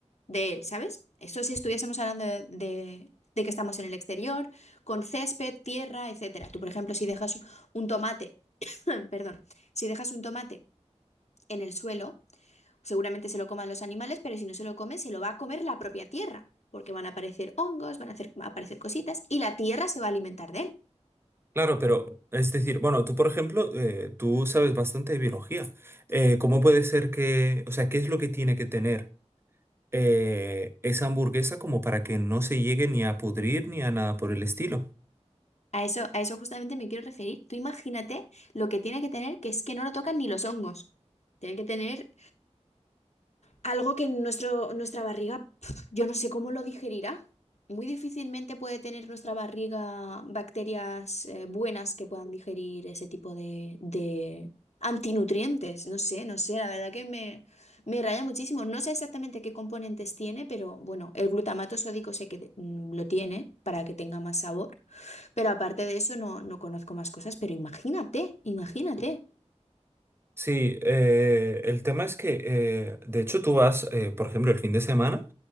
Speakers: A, on the left (about 65°); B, on the right (about 20°).
A: de él, ¿sabes? Eso si estuviésemos hablando de, de- de que estamos en el exterior, con césped, tierra, etcétera. Tú, por ejemplo, si dejas un tomate, <clears throat> perdón, si dejas un tomate en el suelo, Seguramente se lo coman los animales, pero si no se lo come, se lo va a comer la propia tierra, porque van a aparecer hongos, van a, hacer- van a aparecer cositas y la tierra se va a alimentar de él.
B: Claro, pero es decir, bueno, tú por ejemplo, eh, tú sabes bastante de biología. Eh, ¿cómo puede ser que, o sea, qué es lo que tiene que tener eh, esa hamburguesa como para que no se llegue ni a pudrir ni a nada por el estilo?
A: A eso, a eso justamente me quiero referir. Tú imagínate lo que tiene que tener, que es que no lo tocan ni los hongos. Tienen que tener Algo que nuestro, nuestra barriga, pf, yo no sé cómo lo digerirá. Muy difícilmente puede tener nuestra barriga bacterias eh, buenas que puedan digerir ese tipo de, de antinutrientes. No sé, no sé, la verdad que me, me raya muchísimo. No sé exactamente qué componentes tiene, pero bueno, el glutamato sódico sé que mm, lo tiene para que tenga más sabor. Pero aparte de eso no, no conozco más cosas, pero imagínate, imagínate.
B: Sí, eh, el tema es que, eh, de hecho, tú vas, eh, por ejemplo, el fin de semana